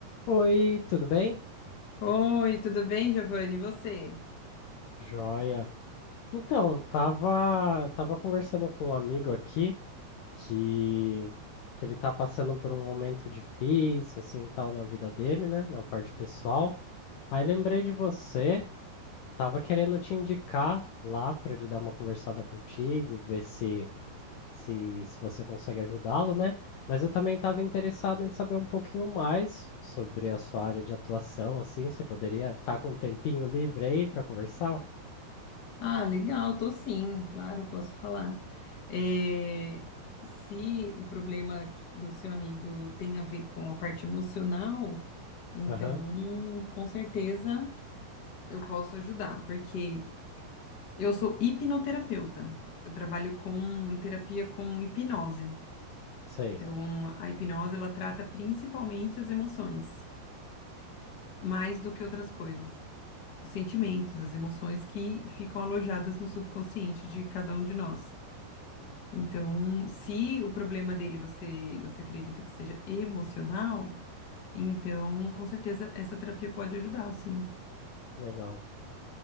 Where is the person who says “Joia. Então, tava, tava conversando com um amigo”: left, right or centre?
Left